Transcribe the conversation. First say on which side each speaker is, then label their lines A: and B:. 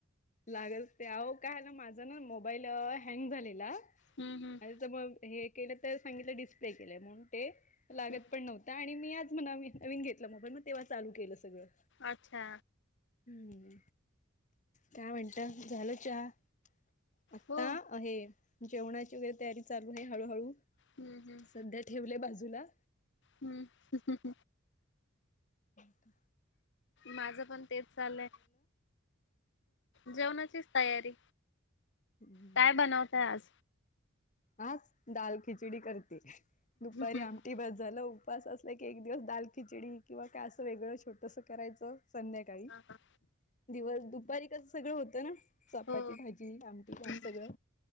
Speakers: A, on the left; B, on the left.
A: लागल ते अह काय ना माझा ना मोबाईल हँग झालेला.
B: हम्म हम.
A: आणि तर हे केलं त सांगितलं डिस्प्ले केलाय म्हणून ते लागत
B: हम्म
A: पण नव्हतं. काय आणि मी आज म नवीन घेतला मोबाईल मग तेव्हा चालू केलं सगळं.
B: अच्छा.
A: हम्म काय म्हणता झाल चहा. आता
B: हो.
A: आहे जेवणाची वैगेरे तयारी चालू आहे हळूहळू
B: हम्म हम्म
A: सध्या ठेवलेय बाजूला.
B: हम्म ह हम.
A: ह का.
B: माझं पण तेच चाललय. जेवणाचीच तयारी
A: हम्म
B: काय बनवतय आज.
A: आज दाल खिचडी करते दुपारी
B: हा,
A: आमटी बस झालं. उपवास असलं की एक दिवस दाल खिचडी किंवा काय असं वेगळं छोटस करायचं. संध्याकाळी
B: हा.
A: दिवस दुपारी कसं सगळं होतं ना. चपाती
B: हो
A: भाजी आमटी
B: हम्म.
A: सगळं